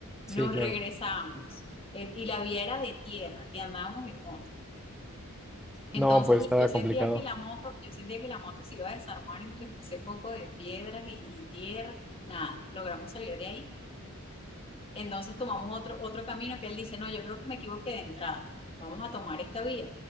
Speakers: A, in the centre; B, on the left.
A: Sí,
B: Nos
A: claro.
B: regresamos el, y la vía era de tierra y andábamos en moto. Entonces
A: No, pues estaba
B: yo sentía
A: complicado.
B: que la moto, yo sentía que la moto se iba a desarmar entre ese poco de piedras y, y tierra, nada, logramos salir de ahí. Entonces tomamos otro, otro camino que él dice, no, yo creo que me equivoqué de entrada, vamos a tomar esta vía.